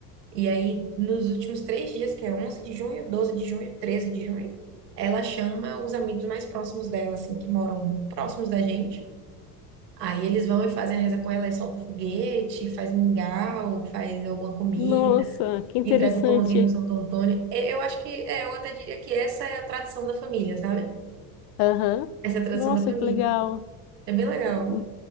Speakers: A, on the right; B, on the left.
A: E aí, nos últimos três dias, que é 11 de junho, 12 de junho, 13 de junho, ela chama os amigos mais próximos dela, assim, que moram próximos da gente. Aí eles vão e fazem a reza com ela e solta foguete, faz mingau, faz alguma comida,
B: Nossa, que interessante.
A: entrega o pãozinho de Santo Antônio. É, Eu acho que, é, eu até diria que essa é a tradição da família, sabe?
B: Aham.
A: Essa é a tradição
B: Nossa,
A: da família.
B: que legal.
A: É bem legal,
B: Hum,